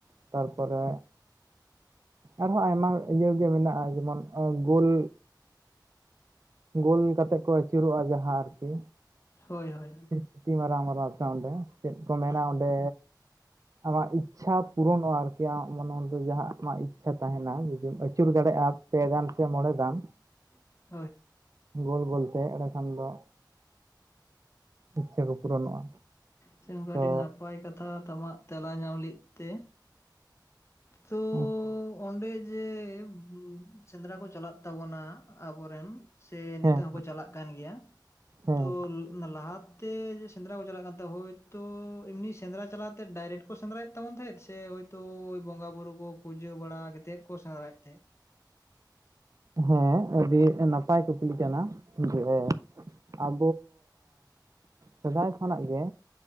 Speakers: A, on the right; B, on the left.
A: ᱛᱟᱨᱯᱚᱨᱮ ᱟᱨᱦᱚᱸ ᱟᱭᱢᱟ ᱤᱭᱟᱹᱜᱮ ᱢᱮᱱᱟᱜᱼᱟ, ᱡᱮᱢᱚᱱ ᱜᱳᱞ ᱜᱳᱞ ᱠᱟᱛᱮᱜ ᱠᱚ ᱟᱹᱪᱩᱨᱚᱜᱼᱟ ᱡᱟᱸᱦᱟ ᱟᱨᱠᱤ
B: ᱦᱳᱭ ᱦᱳᱭ
A: ᱥᱤᱴᱤ ᱢᱟᱨᱟᱣ ᱢᱟᱨᱟᱣ ᱛᱮ ᱚᱸᱰᱮ ᱪᱮᱫ ᱠᱚ ᱢᱮᱱᱟᱜ-ᱟ
B: ᱦᱳᱭ
A: ᱚᱸᱰᱮ ᱟᱢᱟᱜ ᱤᱪᱪᱷᱟ ᱯᱩᱨᱚᱱᱚᱜᱼᱟ ᱟᱨᱠᱤ ᱟᱢᱟᱜ ᱢᱚᱱ ᱚᱱᱛᱚᱨ ᱨᱮ ᱡᱟᱸᱦᱟ ᱟᱢᱟᱜ ᱤᱪᱪᱷᱟ ᱛᱟᱸᱦᱮᱱᱟ ᱡᱩᱫᱤᱢ ᱟᱹᱪᱩᱨ ᱫᱟᱲᱮᱜᱼᱟ᱾ ᱯᱮ ᱜᱟᱱ ᱥᱮ ᱢᱚᱸᱬᱮ ᱫᱟᱢ
B: <inaudible>
A: ᱜᱳᱞ ᱜᱳᱞᱛᱮ ᱮᱲᱮᱠᱷᱟᱱ ᱫᱚ᱾ ᱤᱪᱪᱷᱟᱹ ᱠᱚ ᱯᱩᱨᱚᱱᱚᱜᱼᱟ᱾
B: ᱛᱮᱸᱦᱮᱧ
A: ᱛᱚ
B: ᱟᱹᱰᱤ ᱱᱟᱯᱟᱭ ᱠᱟᱛᱷᱟ ᱟᱢᱟᱜ ᱛᱮᱞᱟ ᱧᱟᱢ ᱞᱟᱹᱜᱤᱫ ᱛᱮ, ᱛᱩ
A: ᱟᱪᱪᱷᱟ,
B: ᱚᱸᱻᱰᱮ ᱡᱮ ᱦᱩᱸ ᱥᱮᱸᱫᱽᱨᱟ ᱠᱚ ᱪᱟᱞᱟᱜ ᱛᱟᱵᱚᱱᱟ ᱟᱵᱚᱨᱮᱱ ᱥᱮ ᱱᱤᱛᱚᱜ
A: ᱦᱮᱸ
B: ᱦᱚᱸᱠᱚ ᱪᱟᱞᱟᱜ ᱠᱟᱱ ᱜᱮᱭᱟ
A: ᱦᱮᱸ
B: ᱛᱚ ᱞᱟᱦᱟᱛᱮ ᱥᱮᱸᱫᱽᱨᱟ ᱠᱚ ᱪᱟᱞᱟᱜ ᱠᱟᱱ ᱛᱟᱸᱦᱮᱜ ᱦᱳᱭᱛᱳ ᱮᱢᱱᱤ ᱥᱮᱸᱫᱽᱨᱟ ᱪᱟᱞᱟᱣ ᱛᱮ ᱰᱟᱭᱨᱮᱴ ᱠᱚ ᱥᱮᱸᱫᱽᱨᱟᱭᱮᱫ ᱛᱟᱵᱚᱱ ᱛᱟᱦᱮᱸᱫ ᱥᱮ ᱦᱳᱭᱛᱳ ᱵᱚᱸᱜᱟ ᱵᱩᱨᱩ ᱠᱚ ᱯᱩᱡᱟᱹ ᱵᱟᱲᱟ ᱠᱟᱛᱮᱫ ᱠᱚ ᱥᱮᱸᱫᱽᱨᱟᱭᱮᱫ ᱛᱟᱸᱦᱮᱫ᱾
A: ᱦᱮᱸ ᱟᱹᱰᱤ ᱱᱟᱯᱟᱭ ᱠᱩᱠᱞᱤ ᱠᱟᱱᱟ ᱡᱮ ᱟᱵᱚ ᱥᱮᱫᱟᱭ ᱠᱷᱚᱱᱟᱜ ᱜᱮ